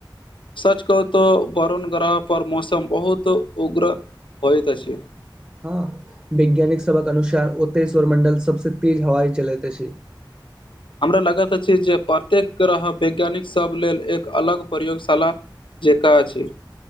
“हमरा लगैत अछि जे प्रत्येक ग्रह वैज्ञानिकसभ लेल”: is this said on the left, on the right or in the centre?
Left